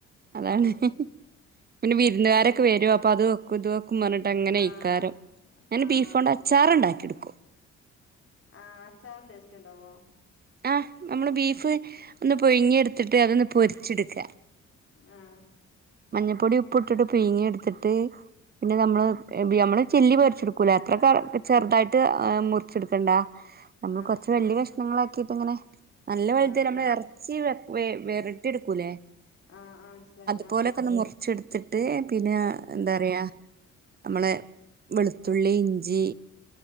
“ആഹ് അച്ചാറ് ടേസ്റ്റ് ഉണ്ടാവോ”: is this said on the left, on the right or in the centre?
Left